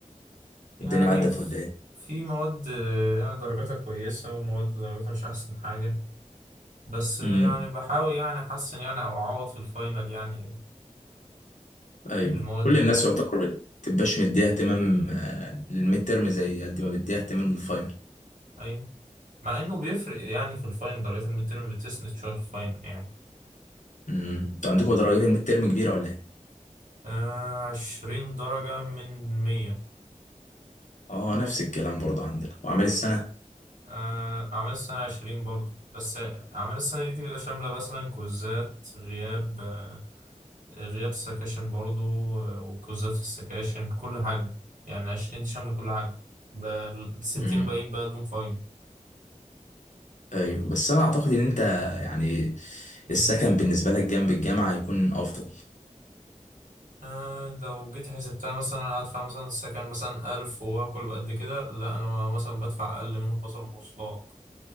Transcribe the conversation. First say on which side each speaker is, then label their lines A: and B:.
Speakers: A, on the right; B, on the left.
A: يعني
B: والدنيا عدت
A: ف-
B: ولا إيه؟
A: في مواد آه، يعني درجاتها كويسة ومواد درجاتها مش أحسن حاجة بس آه،
B: مم.
A: يعني بحاول يعني أحسن يعني أو أعوض في الفاينل يعني
B: أيوه
A: في المواد
B: كل
A: دي
B: الناس يعتبر بت- بتبقاش مديها اهتمام آه، للميد ترم زي قد ما مديها اهتمام للفاينل
A: أيوة مع انه بيفرق يعني في الفاينل درجات الميد تيرم بتسند شويه في الفاينل يعني
B: مم. أنتوا عندكم درجات الميد ترم كبيرة ولا إيه؟
A: آه عشرين درجه من مية
B: اه نفس الكلام برضه عندنا واعمال السنه
A: آه اعمال السنه عشرين برضه بس اعمال السنه دي بتبقى شامله مثلا كوزات غياب آه غياب سكاشن برضه آه وكوزات في السكاشن كل حاجه يعني عشرين دي شامله كل حاجه الستين
B: امم
A: الباقيين بقى دون فاينل
B: ايوه بس انا اعتقد ان انت يعني
A: مم.
B: السكن بالنسبه لك جنب الجامعه يكون افضل
A: آه لو جيت حسبتها مثلا هدفع مثلا السكن مثلا ألف وآكل قد كده لا أنا مثلا بدفع أقل منهم مثلا مواصلات